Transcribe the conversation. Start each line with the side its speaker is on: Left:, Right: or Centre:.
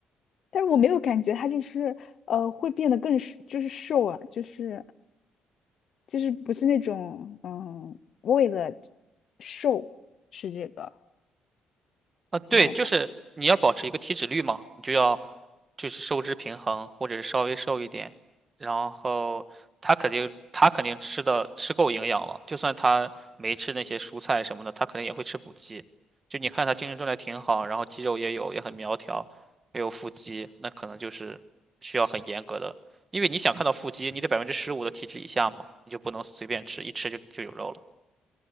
Left: 但是我没有感觉他就是呃会变得更是就是瘦啊，就是就是不是那种嗯，为了瘦吃这个，
Right: 啊，对，
Left: 知道吧？
Right: 就是你要保持一个体脂率嘛，你就要就是收支平衡，或者是稍微瘦一点。然后他肯定他肯定吃的吃够营养了，就算他没吃那些蔬菜什么的，他肯定也会吃补剂。就你看他精神状态挺好，然后肌肉也有，也很苗条，也有腹肌，那可能就是需要很严格的，因为你想看到腹肌，你得百分之十五的体脂以下嘛，你就不能随便吃，一吃就就有肉了。